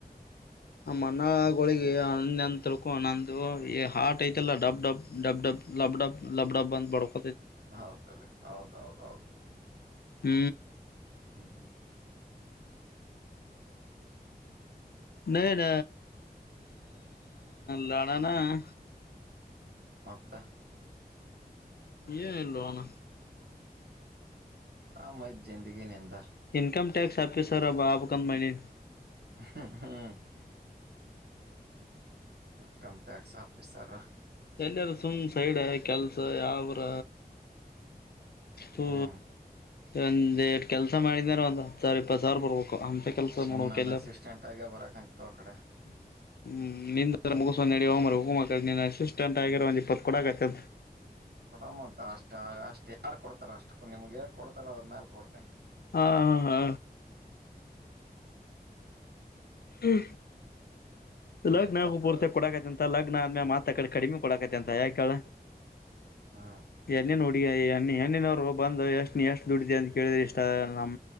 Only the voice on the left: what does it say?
ನಮ್ಮಣ್ಣಗಳಳಿಗೆ ಹ ನಂತರಕೂ ನಂದು ಹಾಟ್ ಐತಲ್ಲಾ ಡಬ್ ಡಬ್ ಡಬ್ ಡಬ್ ಲಬ್ ಡಬ್ ಲಬ್ ಡಬ್ ಅಂತ ಬಕೊಂಡ
ಹ್ಮ್
ನ ನ ಲಾಾ ನಾ <inaudible>
ಏನಲ್ಲ ಅಣ್ಣ
ಇನ್ಕಮ್ ಟ್ಯಾಕ್ಸ್ ಆಪಿ ಸರ ಆಗ್ಬಾಕಂದ ಮಡಿನಿ
ಎಲ್ಲಯಾರ ಸುಮ್ಮ್ ಸೈಡ್ ಕೆಲ್ಸ ಯಾವರ ಹ
ಒಂದ ಎಷ್ಟು ಕೆಲಸ ಮಾಡಿದಾರ ಒಂದ್ಾವರ ಇಪ್ಪತ್ ಸಾವಿರ ಬರ್ಬು ಅಂತ ಕೆಲ್ಸ
ನೋಡಕ
ಎಲ್ಲಾರ
ಹ್ಮ
ನಿಂದ ಮುಗಸ ನಡವ ಮರು ಪೂ ಕ ಸರ್ ಇಟ ಆಗರ್ ಒಂದ್ ಇಪ್ಪತ್ ಕಡ ಆ್ತದೆ
ಹಾ ಹಾ ಹಾ ಹ್ಮ ಇಲ್ಲ್
ನಾವವುೂ ಪೂರ್ತಿ ಕೊಡಕೈತ ಮ ಲಗ್ನ ಆದ್ಮೇಲೆತ್ ಅ ಕಡೆ ಕಡಿಮೆ ಕೊಡಕೈತಿ ಅಂತ ಯಾಕಳ
ಎಲ್ಲಿ ನೋಡಿ ಈಗ್ಣ ಹೆಣ್ಣಿನವರು ಬಂದು ಎಷ್ಟು ನೀ ಎಷ್ಟು ದುಡ್ಡತಿ ಅಂತ ಕೇಳಿದೆ ಇಷ್ಟ ನಮ್ಮ